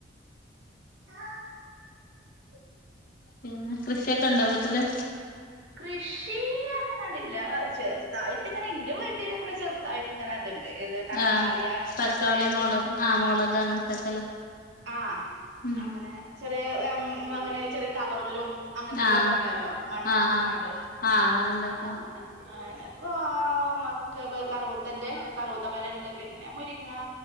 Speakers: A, on the right (about 80°); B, on the left (about 50°).
A: ആ <inaudible>
B: പിന്നെ കൃഷിയൊക്കെ ഉണ്ടോ വീട്ടില്
A: കൃഷി പറഞ്ഞുകാണ്ട് ഇല്ല ക ചെറുതായിട്ട് ഇങ്ങനെ എന്റെ വീട്ടില ഇങ്ങനെ ചെറുതായിട്ട് ഇങ്ങനെ ഉണ്ട് ഏത് തക്കാളി
B: ആഹ്
A: അങ്ങനത്തെ
B: തക്കാളി
A: ചെറിയത്
B: മുളക് ആഹ് മുളക് അങ്ങനത്തൊക്കെല്ലേ
A: ആ
B: ഉം
A: അങ്ങനെ ചെറിയ അങ്ങനെ ചെറിയ കവറിലും അങ്ങനത്തലൊക്കെ
B: ആഹ്
A: ഉണ്ടല്ലോ മണ്ണാ
B: ആഹ്
A: ച്ച്
B: ആഹ്
A: ങ്ങാണ്ട്
B: ആഹ് അങ്ങനെ ഉണ്ടാക്കിയ
A: ആ അങ്ങനെ നക്ക മക്ക കറവൂത്തന്റെ കറുത്തമാര ഉണ്ട് പിന്നെ മുരിങ്ങ